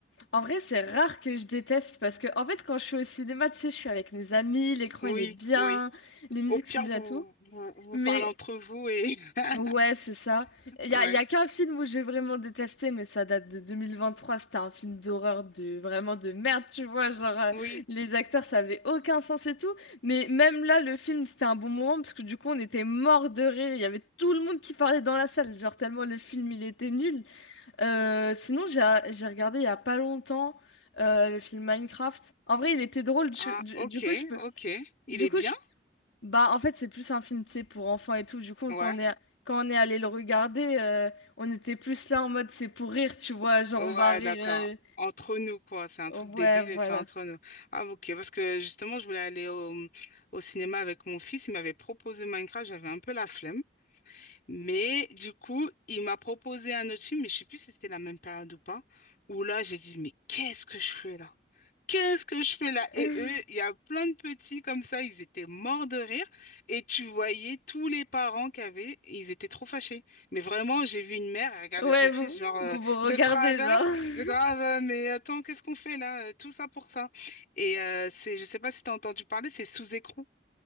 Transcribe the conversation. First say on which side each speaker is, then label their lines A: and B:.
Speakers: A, on the left (about 80°); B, on the left (about 45°).
A: En vrai, c'est rare que je déteste parce que, en fait, quand je suis au cinéma, tu sais, je suis avec mes amis, l'écran
B: Oui,
A: il est bien,
B: oui.
A: les musiques
B: Au pire,
A: sont bien
B: vous,
A: et tout.
B: vous, vous
A: Mais
B: parlez entre vous et... <laughs>
A: ouais, c'est ça. Il y
B: Ouais.
A: a, y a qu'un film où j'ai vraiment détesté, mais ça date de 2023. C'était un film d'horreur de vraiment de merde, tu vois. Genre, euh,
B: Oui.
A: les acteurs, ça avait aucun sens et tout. Mais même là, le film, c'était un bon moment parce que du coup, on était mort de rire. Il y avait tout le monde qui parlait dans la salle, genre tellement le film il était nul. Euh, sinon, j'ai j'ai regardé il y a pas longtemps euh, le film Minecraft. En vrai, il était drôle. Je-
B: Ah,
A: du,
B: ok,
A: du coup, je peux.
B: ok. Il
A: Du
B: est
A: coup,
B: bien?
A: je, bah, en fait, c'est plus un film, tu sais, pour enfants et tout. Du coup,
B: Ouais.
A: quand on est, quand on est allé le regarder, euh, on était plus là en mode c'est pour rire, tu vois. Genre,
B: Ouais,
A: on va rire.
B: d'accord.
A: euh,
B: Entre nous, quoi. C'est un
A: oh,
B: truc débile
A: Ouais, voilà.
B: et c'est entre nous. Ah, ok. Parce que justement, je voulais aller au, au cinéma avec mon fils. Il m'avait proposé Minecraft. J'avais un peu la flemme. Mais du coup, il m'a proposé un autre film, mais je sais plus si c'était la même période ou pas, où là, j'ai dit, mais qu'est-ce que je fais là? Qu'est-ce que je fais là? Et
A: <laughs>
B: eux, il y a plein de petits comme ça, ils étaient morts de rire. Et tu voyais tous les parents qu'il y avait, ils étaient trop fâchés. Mais vraiment, j'ai vu une mère, elle regardait
A: Ouais,
B: son
A: vous
B: fils, genre, euh,
A: vous, vous
B: de
A: regardez,
B: travers.
A: genre. <laughs>
B: Grave, euh, mais attends, qu'est-ce qu'on fait là? Euh, Tout ça pour ça. Et euh, c'est, je sais pas si tu as entendu parler, c'est Sous écrou.